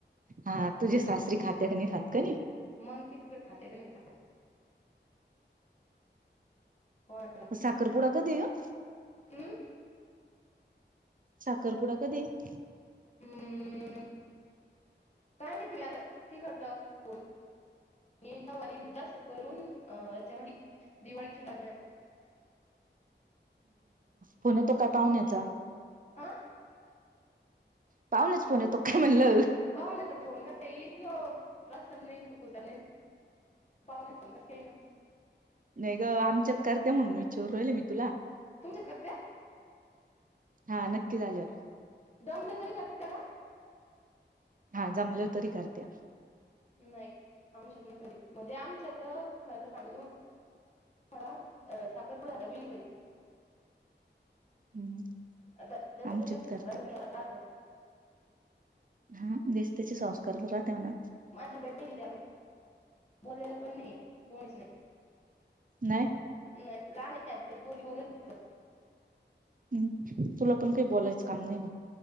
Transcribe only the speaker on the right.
हा तुझ्या सासरी खात्या कनी खात का नाही?
म साखरपुडा कधी हा.
साखरपुडा कधी आहे?
फोन येतो काय पाहुण्याचा?
पाहूणयाच फोन येतो काय म्हणलं?
नाही ग आमच्यात करते्या म्हणून विचारून राहिल मी तुला.
हा नक्की झाल्यावर.
हा जमलं तरी करत्या.
<inaudible>
आमच्यात
करते
हा ज्याचे त्याचे संस्कार राहते म्हणा.
नाही.
हम्म तुला पण काही बोलायचं काम नाही बा.